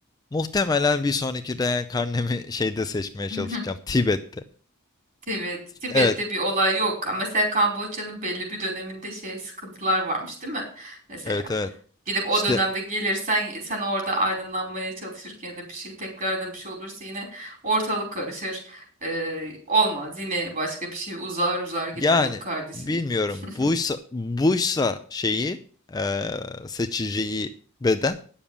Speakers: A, on the left (about 20°); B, on the right (about 40°).
A: Muhtemelen bir sonraki reenkarnemi şeyde seçmeye
B: <laughs>
A: çalışacağım. Tibet'te.
B: Tibet, Tibet'te
A: Evet.
B: bir olay yok. Ama Mesela Kamboçya'nın belli bir döneminde şey sıkıntılar varmış, değil mi? Mesela
A: Evet evet.
B: gidip o
A: İşte
B: dönemde gelirsen sen orada aydınlanmaya çalışırken ya da bir şey tekrardan bir şey olursa yine ortalık karışır. Ee, olmaz yine başka bir şey uzar uzar gider.
A: yani
B: Yok kardeşim.
A: bilmiyorum.
B: <laughs>
A: Buysa buysa şeyi eee seçeceği beden